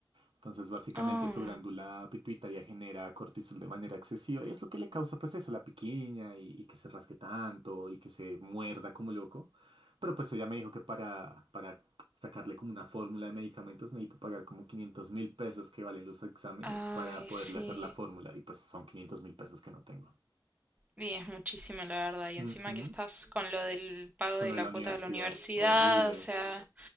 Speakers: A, on the right; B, on the right.
A: Entonces, básicamente
B: Ah,
A: su glándula pituitaria genera cortisol de manera excesiva y es lo que le causa, pues eso, la piquiña y, y que se rasque tanto y que se muerda como loco. Pero pues ella me dijo que para, para sacarle como una fórmula de medicamentos necesito pagar como quinientos mil pesos que valen los exámenes
B: ay,
A: para poderle
B: sí.
A: hacer la fórmula y pues son quinientos mil pesos que no tengo.
B: Y es muchísimo, la verdad. Y
A: Ujú.
B: encima que estás con lo del pago
A: Con
B: de
A: lo de
B: la
A: la
B: cuota
A: universidad,
B: de la universidad,
A: horrible.
B: o sea,